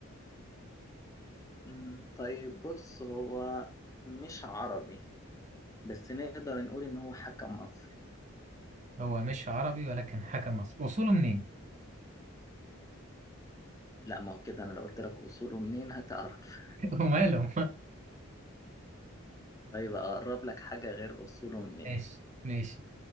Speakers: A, on the left; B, on the right.
A: مم، طيب بص هو مش عربي بس نقدر نقول إن هو حكم مصري
B: هو مش عربي ولكن حكم مصر اصوله منين
A: لا ما هو كده أنا لو قلت لك أصوله منين هتعرف
B: <laughs> وماله
A: طيب أقرب لك حاجة غير أصوله منين
B: ماشي ماشي